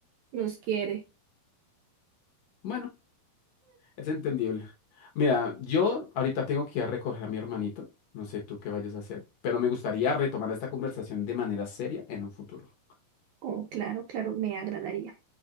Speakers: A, on the right (about 80°); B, on the left (about 65°).
A: nos quiere.
B: Bueno, es entendible. Mira, yo ahorita tengo que ir a recoger a mi hermanito. No sé tú qué vayas a hacer, pero me gustaría retomar esta conversación de manera seria en un futuro.
A: Oh, claro, claro, me agradaría.